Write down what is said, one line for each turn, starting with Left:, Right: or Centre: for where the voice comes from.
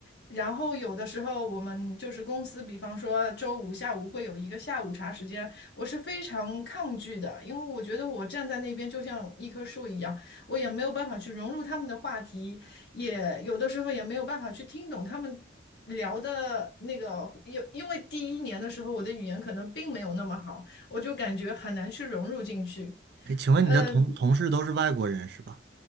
Left: 然后有的时候我们就是公司，比方说周五下午会有一个下午茶时间，我是非常抗拒的，因为我觉得我站在那边就像一棵树一样，我也没有办法去融入他们的话题，也有的时候也没有办法去听懂他们。聊的那个，因因为第一年的时候我的语言可能并没有那么好，我就感觉很难去融入进去。
Right: 哎，请问你的同同事都是外国人是吧？
Left: 呃